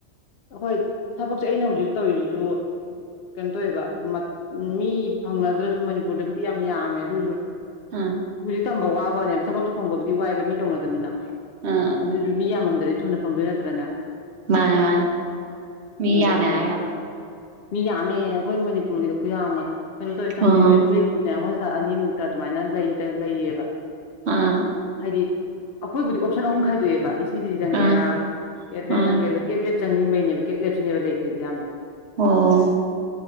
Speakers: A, on the left (about 60°); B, on the right (about 65°).
A: ꯑꯩꯈꯣꯏ ꯊꯕꯛꯁꯦ ꯑꯩꯅ ꯍꯧꯖꯤꯛ ꯇꯧꯔꯤꯁꯤꯁꯨ ꯀꯩꯅꯣ ꯇꯧꯋꯦꯕ ꯃꯤ ꯐꯪꯅꯗ꯭ꯔꯁꯨ ꯃꯅꯤꯄꯨꯔꯗꯕꯨꯗꯤ ꯌꯥꯝ ꯌꯥꯝꯃꯦ ꯑꯗꯨꯑꯣꯏꯁꯨ
B: ꯑꯥ꯫
A: ꯍꯧꯖꯤꯛ ꯇꯝꯕ ꯋꯥꯕꯅꯦꯕ ꯊꯕꯛꯁꯨ ꯐꯪꯕꯕꯨꯗꯤ ꯋꯥꯏꯑꯕ ꯃꯤ ꯇꯧꯅꯗꯝꯅꯤꯅ ꯫
B: ꯎꯝ
A: ꯑꯗꯨꯗꯤ
B: ꯎꯝ
A: ꯃꯤꯌꯥꯝ ꯃꯝꯗ ꯔꯦ꯫ ꯊꯨꯅ ꯐꯪꯗꯣꯏ ꯅꯠꯇ꯭ꯔꯅ ꯫
B: ꯃꯥꯅꯤ ꯃꯥꯅꯤ ꯃꯤꯌꯥ
A: ꯌꯦꯡ
B: ꯃꯔꯕ
A: ꯃꯤ ꯌꯥꯝꯃꯦ ꯑꯩꯈꯣꯏ ꯃꯅꯤꯄꯨꯔꯒꯤꯗ ꯈꯨꯌꯥꯝ ꯑꯃ ꯫ ꯀꯩꯅꯣ ꯇꯧꯋꯤ ꯆꯥꯟꯗꯤꯒꯔꯁꯤ
B: ꯑꯣ
A: ꯂꯩꯇꯦꯅꯦꯁꯄꯤꯇꯥꯜ ꯑꯅꯤꯃꯨꯛ ꯑꯗꯨꯃꯥꯏꯅ ꯂꯩꯗ ꯂꯩꯌꯦꯕ꯫
B: ꯑꯥ
A: ꯍꯥꯏꯗꯤ ꯑꯩꯈꯣꯏꯕꯨꯗꯤ ꯑꯣꯞꯁꯟ ꯑꯍꯨꯝ ꯈꯥꯏꯗꯣꯛꯑꯦꯕ ꯊ ꯆꯪꯒꯦꯔ
B: ꯑꯥ ꯑꯥ
A: <unintelligible> ꯆꯪꯒꯦꯔ ꯀ ꯆꯪꯅꯤꯡꯕꯩꯅꯦꯕ ꯀꯦꯠꯂ ꯁꯤꯅꯕꯦ ꯂꯩꯇꯔꯤꯗꯤ ꯌꯥꯝꯅ <unintelligible> ꯎꯝ
B: ꯑꯣ